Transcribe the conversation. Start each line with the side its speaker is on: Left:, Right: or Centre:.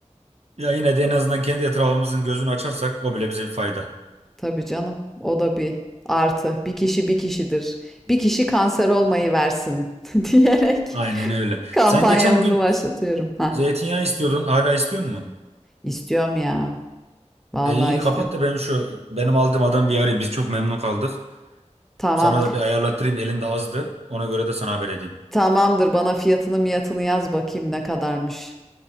Right: Ya yine de en azından kendi etrafımızın gözünü açarsak o bile bize bir fayda.
Centre: Tabii canım. O da bir artı. Bir kişi bir kişidir. Bir kişi kanser olmayı versin <laughs> diyerek
Right: Aynen öyle.
Centre: kampanyamızı
Right: Sen geçen gün
Centre: başlatıyorum. Ha,
Right: zeytinyağı istiyordun. Hala istiyor musun?
Centre: istiyorum ya. Vallahi
Right: E iyi
Centre: istiyorum.
Right: kapat da ben şu benim aldığım adam bir arayayım. Biz çok memnun kaldık.
Centre: Tamam.
Right: Sana da bir ayarlattırayım. Elinde azdı. Ona göre de sana haber edeyim.
Centre: Tamamdır. Bana fiyatını miyatını yaz bakayım ne kadarmış.